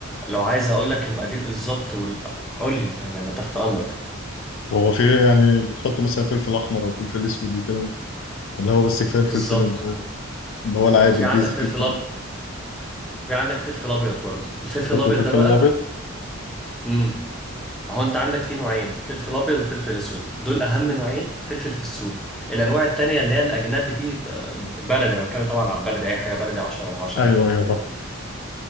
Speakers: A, in the centre; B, on the left.
A: لو عايز اقول لك المقادير بالظبط وال... قول لي يعني انا تحت امرك
B: طب هو في إيه يعني بتحطوا مثلا فلفل احمر او فلفل اسود وكده ولا هو بس كفايه الفلفل
A: بالظبط
B: ال-
A: و...
B: اللي هو العادي
A: وفي
B: البيزك
A: عندك فلفل
B: جدا ده
A: ابيض في عندك فلفل ابيض برضه الفلفل
B: بتحطوا
A: الابيض
B: الفلفل
A: ده بقى
B: الابيض
A: امم هو انت عندك فيه نوعين فلفل ابيض وفلفل اسود دول اهم نوعين فلفل في السوق الانواع التانية اللي هي الاجنبي دي آه، بلدي انا بتكلم طبعا على البلدي اي حاجه بلدي 10 على 10
B: ايوه
A: يعني
B: ايوه